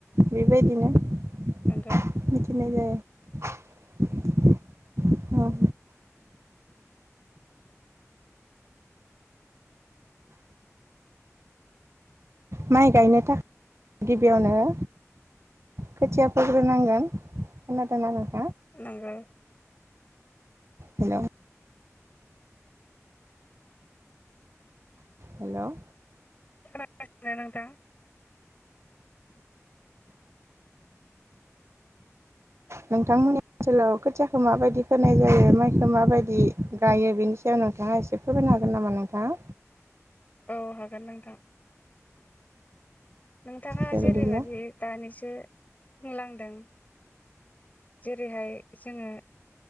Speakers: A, on the right; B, on the left.
A: बेबायदिनो मिथिनाय
B: नंगौ
A: जायो औ माइ गायनो थाखाय गिबियावनो खोथिया फोग्रोनांगोन खोनादोंना नों
B: नंगौ
A: हेलो हेल
B: खोनासिनो नोंथां
A: नोंथांमोननि ओनसोलाव खोथियाखौ माबायदि फोनाय जायो माइखौ माबायदि गायो बेनि सायाव नोंथाङा एसे फोरमायनो हागोन नामा नोंथाङा
B: औ हागोन नोंथां नोंथाङा
A: दे
B: जेरैबायदि
A: बिदिब्ला
B: दानिसो बुंलांदों जेरैहाय जोङो